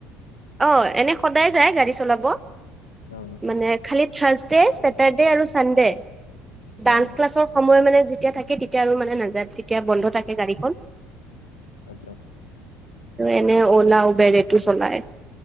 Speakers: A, on the right; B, on the left.
A: অ এনে সদায় যায় গাড়ী চলাব?
B: অ <unintelligible>
A: মানে থাছ দে, চেতাৰ দে আৰু ছানদে
B: অ
A: ডান্স ক্লাছত যায় সময় মানে যেতিয়া থাকে তেতিয়া আৰু মানে নাযায়, তেতিয়া বন্ধ থাকে গাড়ীখন।
B: আচ্ছা আচ্ছা।
A: এনে অওলা, উবেৰ এইটো চলাই।